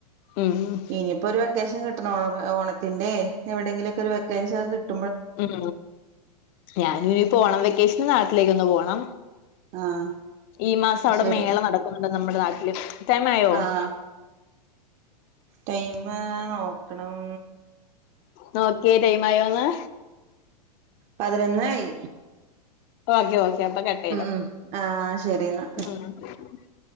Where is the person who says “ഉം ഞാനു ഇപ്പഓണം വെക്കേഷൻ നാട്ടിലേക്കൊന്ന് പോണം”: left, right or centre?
Left